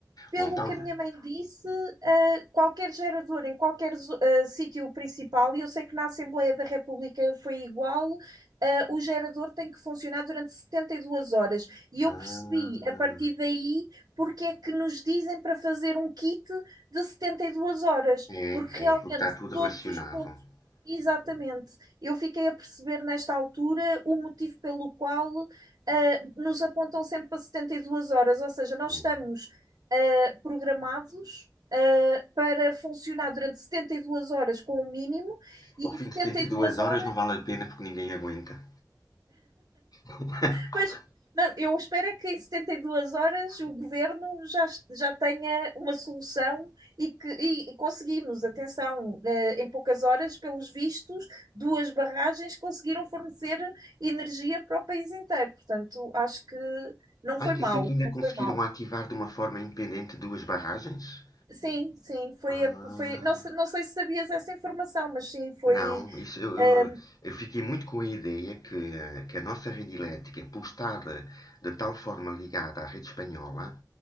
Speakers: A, on the right; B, on the left.
A: pelo
B: Bom, talvez.
A: que a minha mãe disse, eh, qualquer gerador em qualquer zo- eh, sítio principal, e eu sei que na Assembleia da República foi igual, eh, o gerador tem que funcionar durante 72 horas. E eu
B: Ah,
A: percebi a partir daí porque é que nos dizem para fazer um kit de 72 horas,
B: é,
A: porque realmente
B: é, porque está tudo
A: todos
B: relacionado.
A: os pontos. Exatamente.
B: Hum,
A: Eu fiquei a perceber nesta altura o motivo pelo qual eh, nos apontam sempre para 72 horas, ou seja, nós
B: hum.
A: estamos uh, programados uh, para funcionar durante 72 horas com o mínimo e
B: Ao
A: em
B: fim
A: setenta
B: de 72
A: e duas
B: horas
A: horas.
B: não vale a pena porque ninguém aguenta. <laughs>
A: Pois, não, eu espero é que em 72 horas o governo já, já tenha uma solução e que e, e conseguimos, atenção, eh, em poucas horas, pelos vistos, duas barragens conseguiram fornecer energia para o país inteiro. Portanto, acho que não
B: Ai,
A: foi
B: que
A: mal,
B: isso aqui ainda
A: não
B: conseguiram
A: foi mal.
B: ativar de uma forma independente duas barragens?
A: Sim, sim, foi,
B: Ah.
A: a- foi não, se- não sei se sabias essa informação, mas sim, foi,
B: Não, isso, eu, eu-
A: ah,
B: eu fiquei muito com a ideia que, eh, que a nossa rede elétrica, por estar eh, de tal forma ligada à rede espanhola,